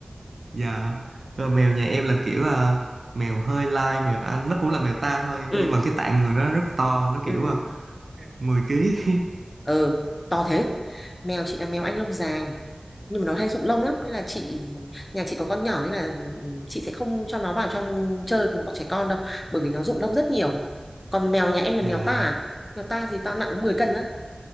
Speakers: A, on the right; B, on the left.
A: Dạ. Rồi mèo nhà em là kiểu à, mèo hơi lai, mèo Anh nó cũng là mèo ta thôi,
B: ừ
A: nhưng mà cái tạng người nó rất là to, nó
B: ừ
A: kiểu à, mười ký <laughs>
B: ừ to thế mèo chị là mèo Anh lông dài nhưng mà nó hay rụng lông lắm nên là chị nhà chị có con nhỏ nên là chị sẽ không cho nó vào trong chơi cùng bọn trẻ con đâu bởi vì nó rụng lông rất nhiều còn mèo nhà em là
A: Dạ,
B: mèo ta à? mèo ta thì to nặng 10 cân á